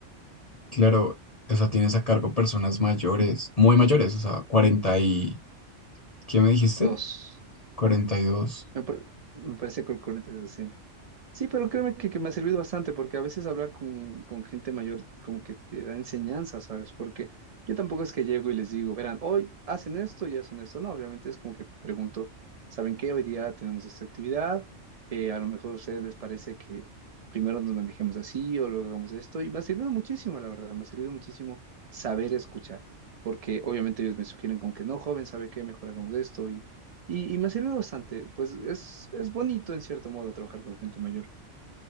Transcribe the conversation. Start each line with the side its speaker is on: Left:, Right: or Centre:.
Left: claro, o sea, tienes a cargo personas mayores, muy mayores, o sea, 40 y, ¿qué me dijiste?
Right: Dos.
Left: cuarenta y dos
Right: Me, par- me parece que el 40 Sí, pero créeme que, que me ha servido bastante porque a veces hablar con, con gente mayor como que te da enseñanza, ¿sabes? Porque yo tampoco es que llego y les digo, verán, hoy hacen esto y hacen esto. No, obviamente es como que pregunto, ¿saben qué? Hoy día tenemos esta actividad. eh, a lo mejor a ustedes les parece que primero nos manejemos así o luego hagamos esto. Y me ha servido muchísimo, la verdad, me ha servido muchísimo saber escuchar. Porque obviamente ellos me sugieren como que no, joven, ¿sabe qué? Mejor hagamos esto. Y, y, y me ha servido bastante. Pues es, es bonito en cierto modo trabajar con gente mayor.